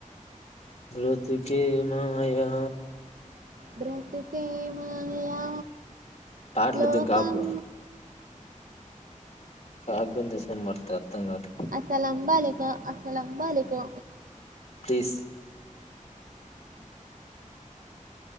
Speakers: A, on the left; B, on the right.
A: బతుకె మాయా
B: బ్రతుక్ సేమయా
A: పాటలు
B: లోకం
A: వద్దు ఇంకా ఆపు కాకు తీసుకోని పడుతుంది అర్థం కాదు
B: అసలం బాలికో అసలం బాలికో
A: ప్లీజ్